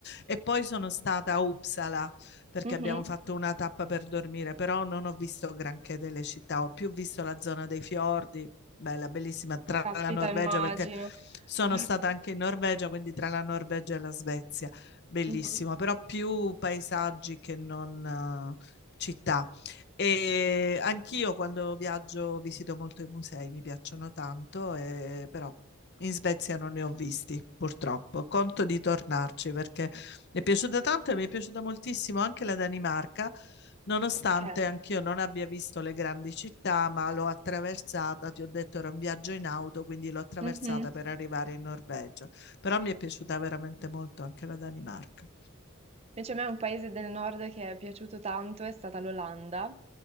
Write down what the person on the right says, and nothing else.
Mhm.
Caspita,
immagino.
<laughs>
Mhm.
Ok.
Mhm.
Invece a me un paese del nord che è piaciuto tanto è stata l'Olanda,